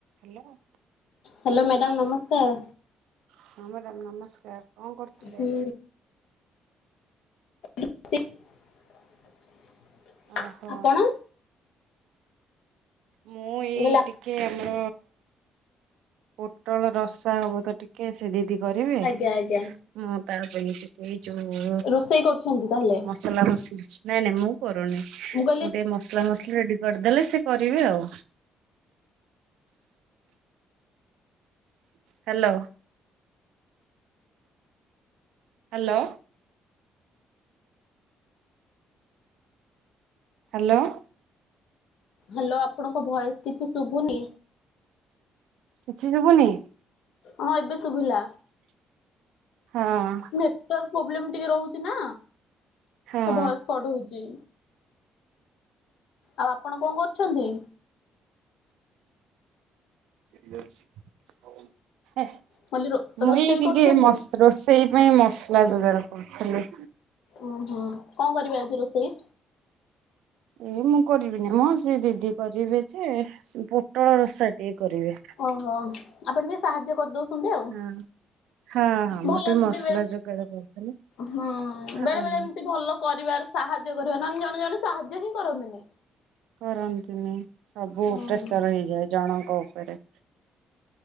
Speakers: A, on the right; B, on the left.
A: ହ୍ୟାଲୋ
B: ହାଲୋ ମ୍ୟାଡ଼ାମ ନମସ୍କାର।
A: ହଁ ମ୍ୟାଡ଼ାମ ନମସ୍କାର କଣ କରୁଥିଲେ?
B: ହୁଁ <unintelligible>
A: ଓହୋ
B: ଆପଣ
A: ମୁଁ ଏଇ
B: ଗୁଲାପ
A: ଟିକେ ଆମର ପୋଟଳ ରସା ହବ, ତ ଟିକେ ସେ ଦିଦି କରିବେ!
B: ଆଜ୍ଞା ଆଜ୍ଞା।
A: ମୁଁ ତା ପାଇଁ ଟିକେ ଯୋଉ
B: ରୋଷେଇ କରୁଛନ୍ତି ତାହେଲେ
A: ମସଲା ମସଲି! ନାଇଁ ନାଇଁ ମୁଁ କରୁନି।
B: ମୁଁ କହିଲି
A: ସେ ମସଲା ମସଲି ରେଡି କରିଦେଲେ। ସେ କରିବେ ଆଉ ହାଲୋ ହାଲୋ ହାଲୋ
B: ହାଲୋ ଆପଣଙ୍କ ଭଏସ୍‌ କିଛି ଶୁବୁନି?
A: କିଛି ଶୁବୁନି?
B: ହଁ ଏବେ ଶୁଭିଲା।
A: ହଁ।
B: ନେଟୱାର୍କ ପ୍ରୋବ୍ଲେମ ଟିକେ ରହୁଚିନା,
A: ହଁ
B: ତ ଭଏସ କଡ ହୋଉଛି। ଆଉ ଆପଣ କଣ କରୁଛନ୍ତି?
A: <unintelligible> ହେ
B: ମୁଁ କହିଲି ରୋ
A: ମୁଁ
B: ରୋଷେଇ
A: ଟିକେ
B: କରୁଛନ୍ତି
A: ମସ୍ ରୋଷେଇ ପାଇଁ ମସଲା ଯୋଗାଡ କରୁଥିଲି।
B: ଓ ହୋ, କଣ କରିବେ ଆଜି ରୋଷେଇ?
A: ଏ ମୁଁ କରିବିନି ମୋ ସେ ଦିଦି କରିବେ। ଯେ ପୋଟଳ ରଷା ଟିକେ କରିବେ।
B: ଓହୋ ଆପଣ ଟିକେ ସାହାଯ୍ୟ କରିଦଉଛନ୍ତି ଆଉ
A: ହଁ ହଁ ମୁଁ
B: ଭଲ
A: ଟିକେ
B: ଏମିତି
A: ମସଲା
B: ହୁଏ।
A: ଯୋଗାଡ଼ କରିଥିଲି
B: ହଁ
A: ହଁ
B: ବେଳେ ବେଳେ ଏମିତି ଭଲ କରିବାର ସାହାଯ୍ୟ କରିବା ନହେଲେ ଜଣେ ଜଣେ ସାହାଯ୍ୟ ହିଁ କରନ୍ତିନି।
A: କରନ୍ତି ନି। ସବୁ
B: ହୁଁ।
A: ପ୍ରେସର ହେଇଯାଏ। ଜଣଙ୍କ ଉପରେ